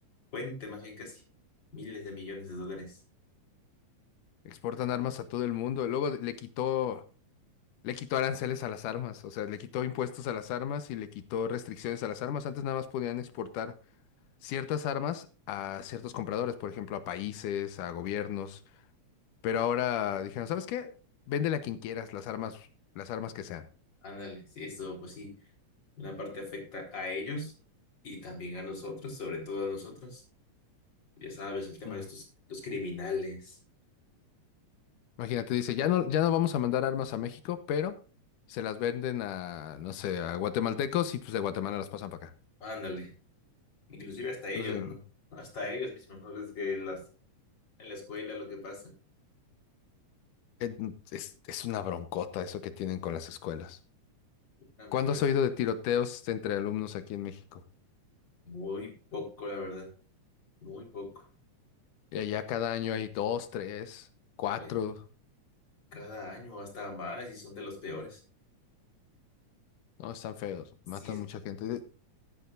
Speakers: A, on the left; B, on the left.
A: fuente, más bien casi, miles de millones de dólares.
B: Exportan armas a todo el mundo. y Luego le quitó, le quitó aranceles a las armas, o sea, le quitó impuestos a las armas y le quitó restricciones a las armas. Antes nada más podían exportar ciertas armas a ciertos compradores, por ejemplo, a países, a gobiernos. Pero ahora dijeron, ¿sabes qué? Véndele a quien quieras las armas, las armas que sean.
A: Ándale, sí, eso pues sí, una parte afecta a ellos y también a nosotros, sobre todo a nosotros. Ya sabes, el tema
B: No.
A: de estos, los criminales.
B: Imagínate, dice, ya no, ya no vamos a mandar armas a México, pero se las venden a, no sé, a guatemaltecos y pues de Guatemala las pasan para acá.
A: Ándale, inclusive hasta ellos,
B: Entonces,
A: ¿no? Hasta ellos mismos, ¿no? Ves que las, en la escuela lo que pasa.
B: eh, es, es una broncota eso que tienen con las escuelas.
A: Amiga,
B: ¿Cuándo has oído de tiroteos entre alumnos aquí en México?
A: Muy poco, la verdad, muy poco.
B: Y allá cada año hay dos, tres, cuatro.
A: Oye, cada año hasta más y son de los peores.
B: No, están feos,
A: Sí,
B: matan
A: es-
B: mucha gente. De-